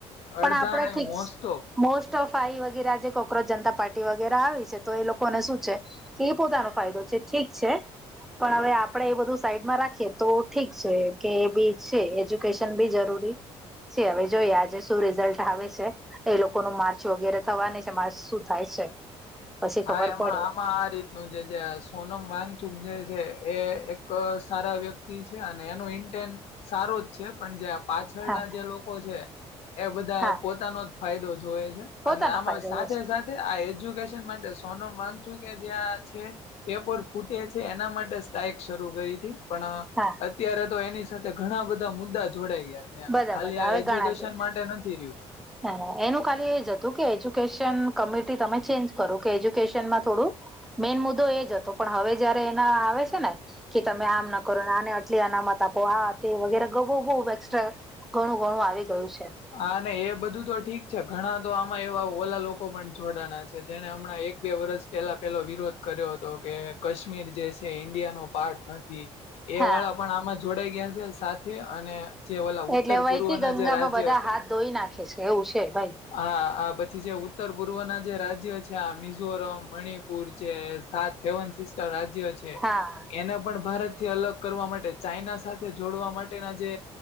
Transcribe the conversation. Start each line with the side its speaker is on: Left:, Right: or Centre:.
Centre: પણ
Left: અડધા
Centre: આપડે
Left: નહી
Centre: ઠીક.,
Left: મોસ્ટ ઓફ
Centre: મોસ્ટ ઓફ આઈ વગેરે જે કોકરોજ જનતા પાર્ટી વગેરે આવી છે. તો એ લોકોને શું છે? કે એ પોતાનો ફાયદો છે ઠીક છે, પણ હવે આપણેે એ બધું સાઈડમાં રાખીએ તો ઠીક છે. કે એ બી છે. એજ્યુકેશન બી જરૂરી, હવે જોઈએ. આજે શું રિઝલ્ટ આવે છે., એ લોકોનું માર્ચ વગેરે થવાની છે. માર્ચ શું થાય છે?, પછી ખબર
Left: હા એમાં
Centre: પડે
Left: આમાં આ રીતે, નું જે સોનમ વાગચુક જે છે, એ એક સારા વ્યક્તિ છે. અને એનું ઇન્ટેન, સારું જ છે, પણ જ્યાં પાછળના
Centre: હા
Left: જે લોકો છે. એ બધા
Centre: હા
Left: પોતાનો જ ફાયદો જોવે છે.,
Centre: પોતાનો
Left: અને આમાં
Centre: ફાયદો
Left: સાથે
Centre: રહેશે
Left: સાથે આ એજ્યુકેશન માટે સોનમ વાંગચુક જેં આ છે., પેપર ફૂટે છે. એના માટે સ્ટઇક શરૂ કરી હતી., પણ
Centre: હા
Left: અત્યારે તો એની સાથે ઘણા બધા મુદ્દા જોડાઈ ગયા છે,
Centre: બધા
Left: ખાલી
Centre: બધા
Left: આ
Centre: હવે
Left: એજ્યુકેશન
Centre: ઘણા છે
Left: માટે નથી રયુ,
Centre: હા! એનું ખાલી એ જ હતું, કે એજ્યુકેશન કમિટી તમે ચેન્જ કરો. કે એજ્યુકેશનમાં થોડું., મેઈન મુદ્દો એજ હતો પણ હવે જ્યારે એના આ આવે છે ને, કે તમે આમ ના કરો ને આને આટલી અનામત આપો. આ તે વગેરે ઘણું બધું બહુ એક્સ્ટ્રા, ઘણું ઘણું આવી ગયું છે,
Left: હા ને એ બધું તો ઠીક છે ઘણા, તો આમાં એવા ઓલા લોકો પણ જોડાણા છે. જેને હમણાં એક બે વર્ષ પેલા પેલો વિરોધ., કર્યો હતો કે, કાશ્મીર જે છે. ઈન્ડિયા નો પાર્ટ નથી., એ
Centre: હા
Left: વાળા પણ આમાં જોડાઈ ગયા છે. સાથે અને જે ઓલા ઉત્તર
Centre: એટલે વહીતી
Left: પૂર્વ ના
Centre: ગંગામાં
Left: જે રાજ્ય
Centre: બધા
Left: છે.,
Centre: હાથ ધોઈ નાખે છે એવું છે ભાઈ
Left: હા! આ પછી જે ઉત્તર પૂર્વના જે રાજ્ય., મિઝોરમ, મણિપુર જે સાત સેવન સિસ્ટર રાજ્ય છે.,
Centre: હા
Left: એને પણ ભારત થી અલગ કરવા માટે, ચાઈના સાથે જોડવા માટેના જે